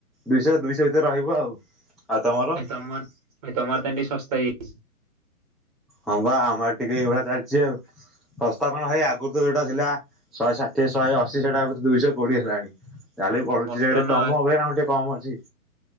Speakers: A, in the centre; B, on the right.
A: ଦୁଇଶହ ଦୁଇଶହ ଭିତରେ ରହିବ ଆଉ ଆଉ ତମର?
B: ନ ତମର ତମର ତା ସସ୍ଥ ସେଇ
A: ହଁ ବା ଆମର ଟିକେ ଏଇଭଳିଆ ଚାଲିଛି ଆଉ ଶସ୍ତା କଣ ଭାଇ ଆଗରୁ ତ ଯୋଉଟା ଥିଲା। ଶହେ ଷାଠିଏ ଶହେ ଅଶ ସେଟା ଦୁଇଶହ କୋଡିଏ ହେଲାଣି ଚାାଲି ପଡୁଛି
B: ମଟନ
A: ରେଟେ ତମ ହବେ ଆଉ ଟିକେ କମ ଅଛି।